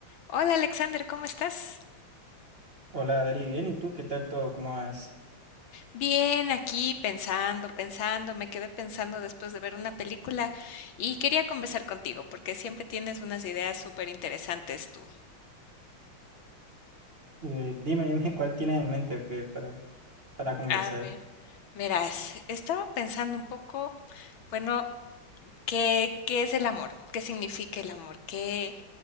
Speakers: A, on the left; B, on the right.
A: Hola Alexander, ¿cómo estás?
B: Hola, Adri, bien, ¿y tú qué tal todo? ¿Cómo vas?
A: Bien, aquí pensando, pensando, me quedé pensando después de ver una película y quería conversar contigo porque siempre tienes unas ideas súper interesantes tú.
B: Eh, dime, dime cuál tienes en mente o qué para, para conversar.
A: A ver, verás, estaba pensando un poco, bueno, ¿qué, qué es el amor? ¿Qué significa el amor? ¿Qué?